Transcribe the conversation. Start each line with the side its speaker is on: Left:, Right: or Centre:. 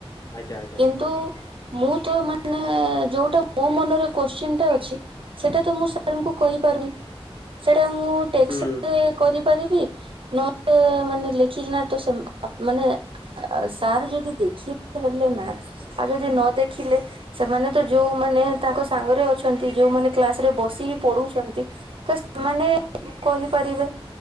Left: ଆଜ୍ଞା ଆଜ୍ଞା
Right: କିନ୍ତୁ ମୁଁ ତ ମାନେ ଯୋଉଟା ମୋ ମନରେ କୋଶ୍ଚିନ୍ ଟା ଅଛି ସେଇଟା ତ ମୁଁ ସାରଙ୍କୁ କହିପାରୁନି ସେଟା ମୁଁ ଟେଷ୍ଟ
Left: ହୁଁ।
Right: ରେ କରିପାରିବି ନହେଲେ ମାନେ ଲେଖିକିନା ତ ସେ ଆ ମାନେ ଅ ସାର୍ ଯଦି ଦେଖି ପାରିଲେ ନା ଆଉ ଯଦି ନ ଦେଖିଲେ ସେମାନେ ତ ଯୋଉମାନେ ତାଙ୍କ ସାଙ୍ଗରେ ଅଛନ୍ତି ଯୋଉମାନେ କ୍ଲାସ ରେ ବସିକି ପଡୁଛନ୍ତି ତ ସେମାନେ ଉ କହିପାରିବେ